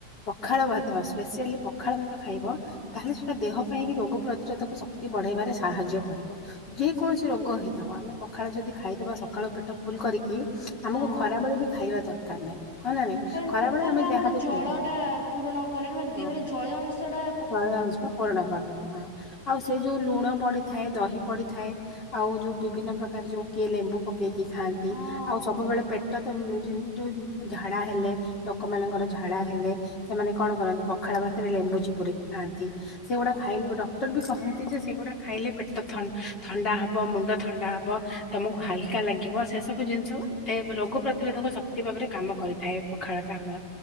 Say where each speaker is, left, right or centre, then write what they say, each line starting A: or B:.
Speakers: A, on the left (about 35°); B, on the left (about 60°).
A: ପଖାଳ ଭାତ ସ୍ପେସିଆଲି ପଖାଳ ଭାତ ଖାଇବ। ତାହେଲେ ସେଟା ଦେହ ପାଇଁ ରୋଗ ପ୍ରତିରୋଧକ ଶକ୍ତି ବଢେଇବାରେ ସାହାଯ୍ୟ କରିବ। ଯେକୌଣସି ରୋଗ ହେଇଥାଉ ଆମେ ପଖାଳ ଯଦି ଖାଇଦବା ସକାଳୁ ପେଟ ଫୁଲ କରିକି ଆମକୁ
B: ହଁ
A: ଖରାବେଳେ ବି ଖାଇବା ଦରକାର ନାହିଁ ହଁ ନା ନାଇଁ?
B: କାରଣ
A: ଖରାବେଳେ
B: ପଖାଳଟା
A: ଆମେ
B: ଆମର
A: ଯାହାବି
B: ଜଳଟା
A: ଖାଇପାରିବା
B: ପୂରଣ କରେ ମାନେ ଦେହରେ
A: ହଁ
B: ଜଳୀୟ ଅଂଶଟା
A: ଜଳୀୟ ଅଂଶ ପୂରଣ କରିଥାଏ ହଁ ଆଉ ସେ ଯୋଉ ଲୁଣ ପଡିଥାଏ ଦହି ପଡିଥାଏ ଆଉ ଯୋଉ ବିଭିନ୍ନ ପ୍ରକାର ଯୋଉ କିଏ ଲେମ୍ବୁ ପକେଇକି ଖାଆନ୍ତି
B: ହଁ
A: ଆଉ ସବୁବେଳେ ପେଟ ତ ଯୋଉ ଝାଡା ହେଲେ ଲୋକମାନଙ୍କର ଝାଡା ହେଲେ ସେମାନେ କଣ କରନ୍ତି ପଖାଳ ଭାତରେ ଲେମ୍ବୁ ଚିପୁଡିକି ଖାଆନ୍ତି। ସେଗୁଡା
B: ହଁ
A: ଖାଇଲେ ଡକ୍ଟର ବି କହନ୍ତି ଯେ ସେଗୁଡା ଖାଇଲେ ପେଟ ଥନ ଥଣ୍ଡା ହବ ମୁଣ୍ଡ ଥଣ୍ଡା ହବ ତମକୁ ହାଲକା ଲାଗିବ ସେ ସବୁ ଜିନିଷ ରୋଗ ପ୍ରତିରୋଧକ ଶ ଶକ୍ତି ଭାବରେ କାମ କରିଥାଏ ପଖାଳଟା ଆମର।